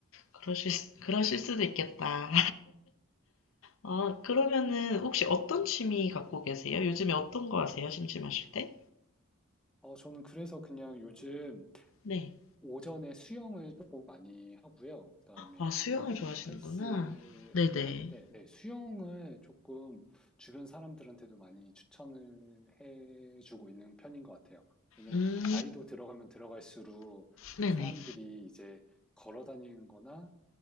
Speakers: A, on the left; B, in the centre.
A: 그러실, 수- 그러실 수도 있겠다. 아, 그러면은
B: 아,
A: 혹시 어떤 취미
B: 네.
A: 갖고 계세요? 요즘에 어떤 거 하세요? 심심하실 때?
B: 어, 저는 그래서 그냥 요즘
A: 네.
B: 오전에 수영을 조금 많이 하고요. 그다음에
A: 아, 수영을
B: 저녁에는
A: 좋아하시는구나.
B: 헬스를
A: 네네.
B: 하는데, 네, 수영을 조금 주변 사람들한테도 많이 추천을 해주고 있는 편인 것 같아요. 왜냐면
A: 음,
B: 나이도 들어가면 들어갈수록
A: 네네.
B: 사람들이 이제 걸어 다니는 거나